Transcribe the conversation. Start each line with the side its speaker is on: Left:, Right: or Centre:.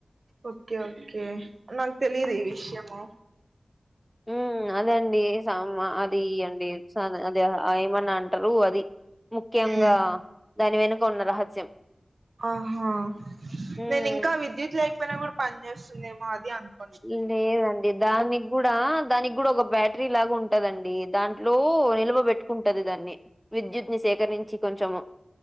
Right: ఓకే ఓకే నాకు తెలిదు ఈ విషయము
Centre: మ్మ్ అదే అండి సామా అది అండి అది ఏమన్నా అంటరు అది ముఖ్యంగా
Right: ఉమ్,
Centre: దాని వెనుక ఉన్న రహస్యం
Right: ఆహా
Centre: హ్మ్.
Right: నేనింకా విద్యుత్ లేకపోయినా కూడా పని చేస్తుందేమో అది అనుకున్
Centre: ఇంగేయలేం దానిగ్గూడ దానిగ్గూడా ఒక బ్యాటరీ లాగా ఉంటదండి దాంట్లో నిల్వబెట్ట కుంటది దాన్ని విద్యుత్ ని సేకరించి కొంచము